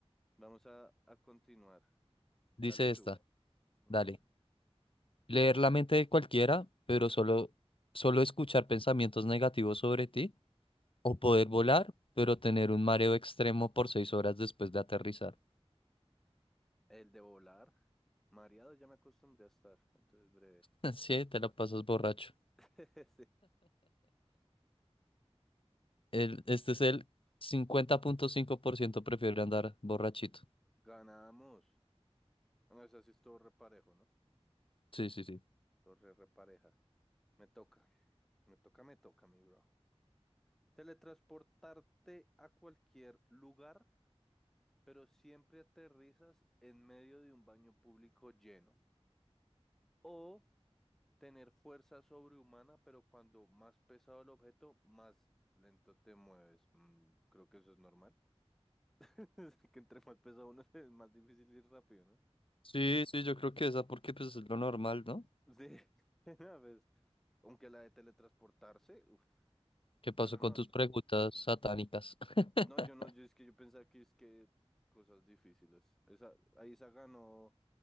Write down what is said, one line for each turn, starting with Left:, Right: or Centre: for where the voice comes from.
Centre: vamos a, a continuar.
Left: Dice
Centre: Dale tú.
Left: esta,
Centre: Ujú.
Left: dale. Leer la mente de cualquiera, pero solo, solo escuchar pensamientos negativos sobre ti. O poder volar, pero tener un mareo extremo por seis horas después de aterrizar.
Centre: El de volar. Mareado ya me acostumbré a estar, entonces breve.
Left: <laughs> Sí, te la pasas borracho.
Centre: <laughs> Sí.
Left: El, este es el cincuenta punto cinco por ciento prefiere andar borrachito.
Centre: Ganamos. Bueno, eso sí es todo reparejo, ¿no?
Left: Sí, sí, sí.
Centre: todo re repareja. Me toca, me toca, me toca, mi bro. Teletransportarte a cualquier lugar, pero siempre aterrizas en medio de un baño público lleno. O tener fuerza sobrehumana, pero cuando más pesado el objeto, más lento te mueves. Mm, creo que eso es normal. <laughs> que entre más pesado uno <laughs> es más difícil ir rápido, ¿no?
Left: Sí, sí, yo creo que esa, porque pues es lo normal, ¿no?
Centre: Sí, <laughs> a veces, aunque la de teletransportarse, uff,
Left: ¿Qué pasó
Centre: pero no,
Left: con tus preguntas satánicas? <laughs>
Centre: no, yo no, yo es que yo pensaba que es que cosas difíciles. Esa, ahí se ganó